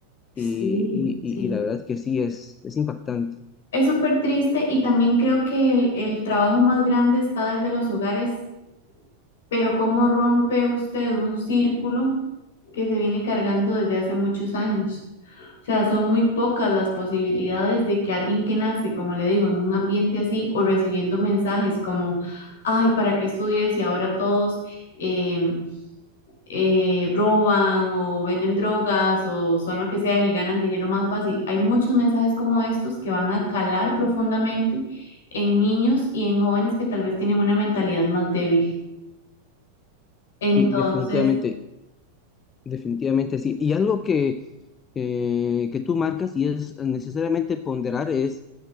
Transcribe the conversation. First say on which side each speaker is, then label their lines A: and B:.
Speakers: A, on the left; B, on the left.
A: Sí,
B: y, y-
A: sí.
B: y- y la verdad es que sí, es, es impactante.
A: Es súper triste y también creo que el, el trabajo más grande está desde los hogares, pero ¿cómo rompe usted un círculo que se viene cargando desde hace muchos años? O sea, son muy pocas las posibilidades de que alguien que nace, como le digo, en un ambiente así o recibiendo mensajes como, ay, ¿para qué estudies? Y ahora todos... em, eh, roban o venden drogas o son lo que sean y ganan dinero más fácil. Hay muchos mensajes como estos que van a calar profundamente en niños y en jóvenes que tal vez tienen una mentalidad más débil. Entonces,
B: Sí, definitivamente, definitivamente sí. Y algo que, eh, que tú marcas y es necesariamente ponderar es,